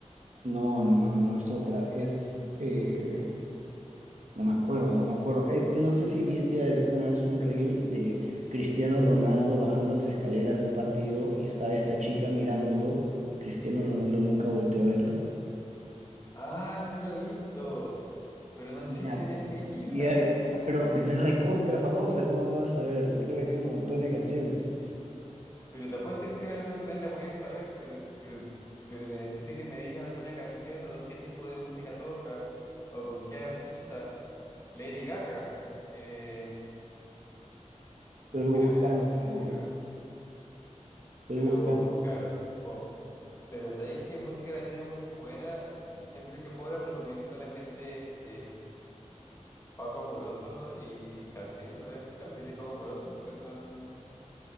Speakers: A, on the right; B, on the left.
A: no, no, no, no es otra. Es, eh, no me acuerdo, no me acuerdo. Eh, no sé si viste al- una vez un reel de Cristiano Ronaldo bajando las escaleras de un partido y estaba esta chica mirándolo y Cristiano Ronaldo nunca volteó a verla.
B: Ah, sí lo he visto, pero no sé
A: Ya,
B: quién es <laughs> ella.
A: ya, pero, pero es recontra famosa, ¿cómo no vas a ver? Creo que tiene un montón de canciones.
B: Pero te apuesto que si me la mencionas la voy a saber, pero, pero, pero necesito que me digas alguna canción o qué tipo de música toca o con qué artista. Lady Gaga. Eh,
A: Estoy
B: no
A: buscando,
B: creo que te guste Lady Gaga,
A: estoy
B: pero
A: buscando.
B: claro, pop. Pero sabéis que música latina es muy buena. Siempre que puedo les recomiendo a la gente eh, Paco Amoroso y Catriel, ¿lo ves? Catriel y Paco Amoroso, que son,